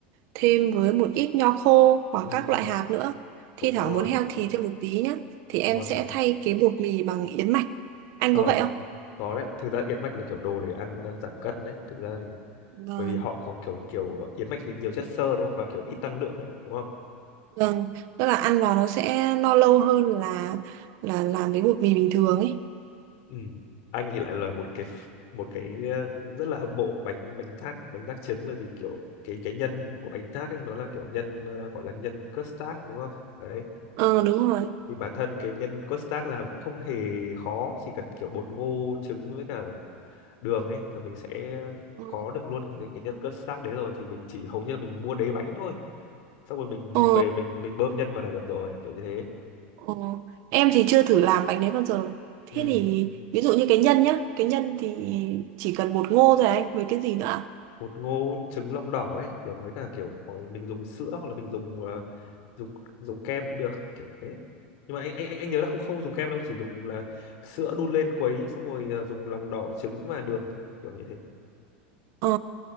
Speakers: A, on the right; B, on the left.
A: thêm với một ít nho khô hoặc
B: ừ ừ
A: các
B: ừ.
A: loại hạt nữa
B: cũng
A: thi thoảng
B: ngon
A: muốn healthy thêm một tí nhá thì em
B: ngon
A: sẽ
B: ngon
A: thay cái bột mì bằng yến mạch anh
B: ờ
A: có vậy không
B: có đấy thực ra yến mạch là kiểu đồ để ăn ờ, giảm cân đấy thực ra thì
A: Vâng.
B: bởi vì họ có kiểu kiểu yến mạch thì nhiều chất xơ đúng không và kiểu ít năng lượng ấy, đúng không
A: Vâng, tức là ăn vào nó sẽ no lâu hơn là là làm với bột mì bình thường ấy.
B: ừ. anh thì lại là một cái một cái ờ, rất là hâm mộ bánh bánh thác bánh thác trứng bởi vì kiểu cái cái nhân của bánh thác ấy nó là kiểu nhân ờ, gọi là nhân custard đúng không đấy
A: Ờ đúng rồi.
B: thì bản thân cái nhân custard làm cũng không hề khó chỉ cần kiểu bột ngô trứng với cả đường ấy là mình sẽ
A: Ờ,
B: có được luôn cái, cái nhân custard đấy rồi thì mình chỉ hầu như là mình mua đế bánh thôi xong rồi mình
A: ờ,
B: về mình mình bơm nhân vào là được rồi kiểu như thế
A: ờ. Em thì chưa thử làm bánh đấy bao giờ. Thế
B: ừ
A: thì ví dụ như cái nhân nhá, cái nhân thì chỉ cần bột ngô thôi à anh, với cái gì nữa ạ?
B: bột ngô trứng lòng đỏ ấy kiểu với cả kiểu hoặc là mình dùng sữa hoặc là mình dùng ờ, dùng dùng kem cũng được kiểu thế nhưng mà anh anh anh anh nhớ là không không dùng kem đâu chỉ dùng là sữa đun lên quấy xong rồi ờ, dùng lòng đỏ trứng và đường ấy kiểu như thế
A: Ờ,